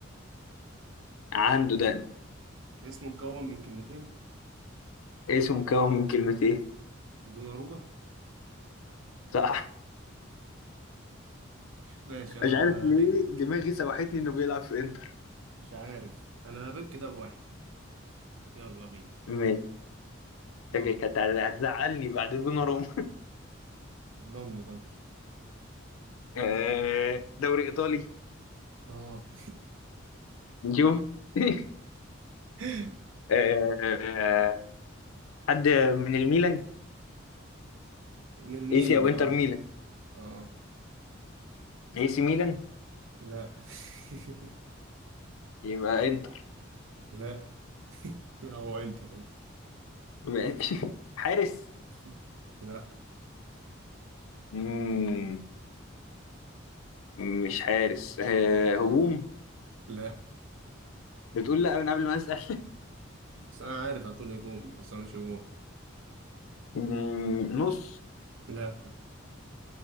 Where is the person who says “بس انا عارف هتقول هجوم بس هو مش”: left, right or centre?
Right